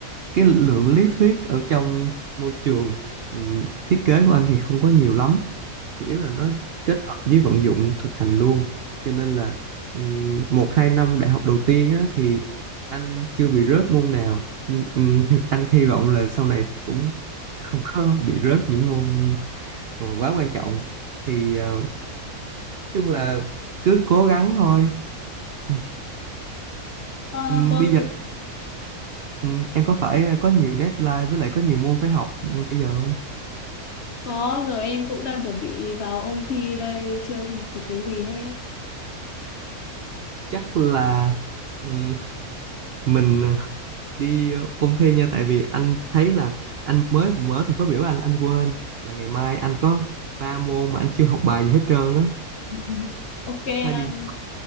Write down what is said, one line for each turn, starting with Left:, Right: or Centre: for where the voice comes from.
Right: cái lượng lý thuyết ở trong môi trường ừm, thiết kế của anh thì không có nhiều lắm chủ yếu là nó kết hợp với vận dụng thực hành luôn cho nên là ừm, một hai năm đại học đầu tiên á, thì anh chưa bị rớt môn nào nhưng ừm, <laughs> anh hy vọng là sau này thì cũng không có bị rớt những môn mà quá quan trọng thì ờ, nói chung là cứ cố gắng thôi Ừm,
Left: Ờ,
Right: ừm,
Left: vâng
Right: bây giờ
Left: sự
Right: ừm, em có phải có nhiều deadline với lại có nhiều môn phải học ừm, bây giờ không
Left: có rồi em cũng đang chuẩn bị vào ôn thi đây chưa học được cái gì hết
Right: chắc là ừm, mình đi ờ, ôn thi nha tại vì anh thấy là anh mới mở thời khóa biểu anh anh quên là ngày mai anh có ba môn mà anh chưa học bài gì hết trơn á
Left: <laughs> Ok
Right: phải
Left: anh,
Right: đi học